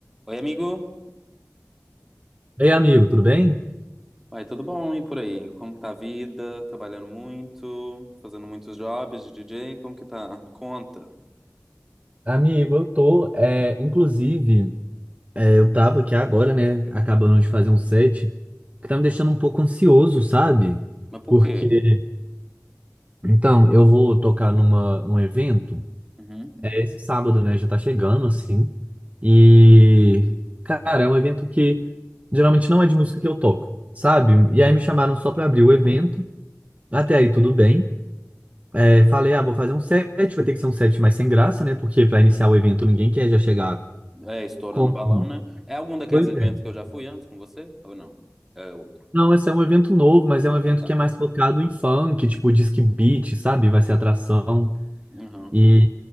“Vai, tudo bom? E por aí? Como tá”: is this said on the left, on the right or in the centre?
Centre